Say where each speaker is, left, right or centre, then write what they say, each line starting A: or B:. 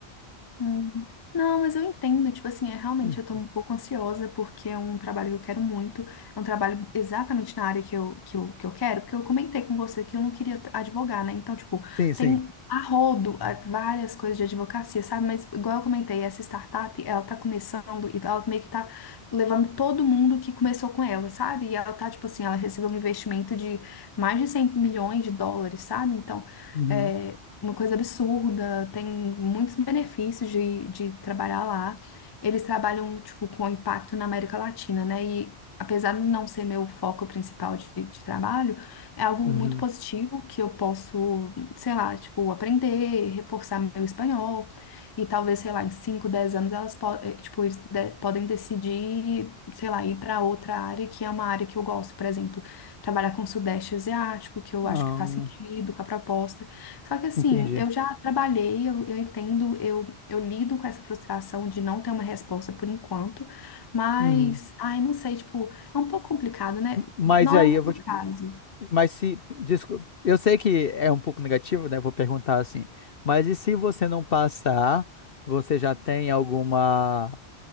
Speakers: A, on the left; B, on the left.
A: Hum. Não, mas eu entendo, tipo assim, é realmente
B: Hum,
A: eu tô um pouco ansiosa porque é um trabalho que eu quero muito, é um trabalho exatamente na área que eu, que eu, que eu quero, porque eu comentei com você que eu não queria t- advogar, né? Então, tipo,
B: Sim, sim.
A: tem a rodo a- várias coisas de advocacia, sabe? Mas igual eu comentei, essa startup, ela tá começando e ela meio que tá levando todo mundo que começou com ela, sabe? E ela tá, tipo assim, ela recebeu um investimento de mais de 100 milhões de dólares, sabe? Então,
B: Uhum,
A: é, uma coisa absurda, tem muitos benefícios de, de trabalhar lá. Eles trabalham, tipo, com impacto na América Latina, né? E apesar de não ser meu foco principal de, de trabalho, é algo
B: uhum.
A: muito positivo que eu posso, sei lá, tipo, aprender, reforçar meu espanhol. E talvez, sei lá, em 5 10 anos elas po eh, tipo, eles de- podem decidir, sei lá, ir para outra área que é uma área que eu gosto, por exemplo, trabalhar com o Sudeste Asiático, que eu
B: Ah,
A: acho que faz sentido com a proposta. Só que assim,
B: entendi.
A: eu já trabalhei, eu, eu entendo, eu, eu lido com essa frustração de não ter uma resposta por enquanto, mas,
B: Uhum.
A: ai, não sei, tipo, é um pouco complicado, né?
B: Mas
A: Não
B: aí
A: é o
B: eu vou
A: meu
B: te...
A: caso.
B: Mas se... Desculpa, eu sei que é um pouco negativo, né? Vou perguntar assim. Mas e se você não passar, você já tem alguma...